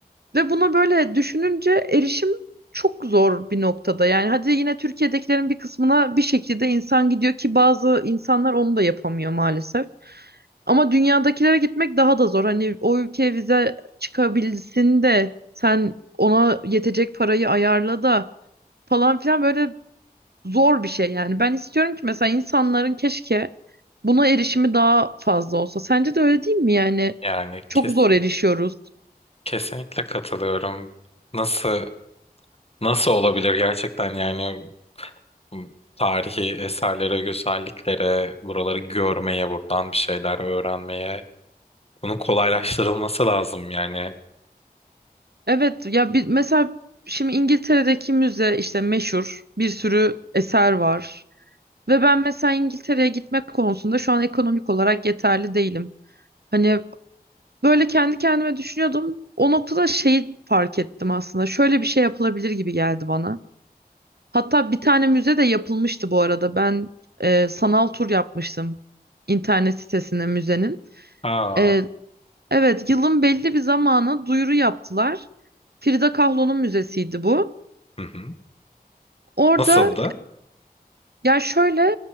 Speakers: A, on the right; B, on the left.
A: Ve buna böyle düşününce erişim çok zor bir noktada. Yani hadi yine Türkiye'dekilerin bir kısmına bir şekilde insan gidiyor ki bazı insanlar onu da yapamıyor maalesef. Ama dünyadakilere gitmek daha da zor. Hani o ülkeye vize çıkabilsin de sen ona yetecek parayı ayarla da falan filan böyle zor bir şey yani. Ben istiyorum ki mesela insanların keşke buna erişimi daha fazla olsa. Sence de öyle değil mi yani?
B: Yani
A: Çok
B: kes,
A: zor erişiyoruz.
B: kesinlikle katılıyorum. Nasıl nasıl olabilir gerçekten yani m, tarihi eserlere, güzelliklere, buraları görmeye, buradan bir şeyler öğrenmeye bunun kolaylaştırılması lazım yani.
A: Evet ya bir, mesela şimdi İngiltere'deki müze işte meşhur bir sürü eser var. Ve ben mesela İngiltere'ye gitmek konusunda şu an ekonomik olarak yeterli değilim. Hani Böyle kendi kendime düşünüyordum. O noktada şeyi fark ettim aslında. Şöyle bir şey yapılabilir gibi geldi bana. Hatta bir tane müze de yapılmıştı bu arada. Ben e, sanal tur yapmıştım internet sitesine müzenin.
B: Aa,
A: E, evet, yılın belli bir zamanı duyuru yaptılar. Frida Kahlo'nun müzesiydi bu.
B: hı hı.
A: Orada
B: Nasıldı?
A: yani şöyle